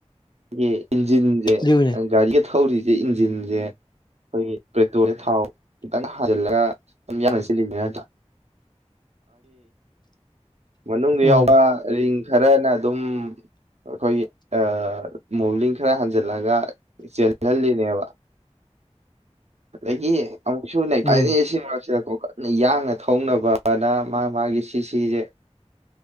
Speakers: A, on the right; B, on the left.
A: ꯌꯦ ꯏꯟꯖꯤꯟꯁꯦ
B: ꯑꯗꯨꯒꯤꯅꯦ
A: ꯒꯥꯔꯤꯒ ꯊꯧꯔꯤꯁꯦ ꯁꯤ ꯏꯟꯖꯤꯟꯁꯦ ꯑꯩꯈꯣꯏꯒꯤ ꯄꯦꯇ꯭ꯔꯣꯜꯁꯦ ꯊꯥꯎ ꯈꯤꯇꯪ ꯍꯥꯖꯤꯜꯂꯒ ꯑꯗꯨꯝ ꯌꯥꯅꯁꯤꯜꯂꯤꯅꯤ ꯑ ꯃꯅꯨꯡꯗ
B: ꯎꯝ
A: ꯌꯥꯎꯕ ꯔꯤꯡ ꯈꯔꯅ ꯑꯗꯨꯝ ꯑꯩꯈꯣꯏꯒꯤ ꯑ ꯃꯣꯕꯂꯤꯟ ꯈꯔ ꯍꯟꯖꯤꯜꯂꯒ ꯆꯦꯜꯍꯜꯂꯤꯅꯦꯕ ꯑꯗꯒꯤ ꯑꯃꯨꯛꯁꯨ ꯅꯩꯈꯥꯔꯛꯏ
B: ꯎꯝ
A: ꯁꯤ ꯃꯔꯛꯁꯤꯗꯀꯣ ꯀꯟꯅ ꯌꯥꯡꯅ ꯊꯧꯅꯕꯅ ꯃꯥ ꯃꯥꯒꯤ ꯁꯤꯁꯤꯖꯦ꯫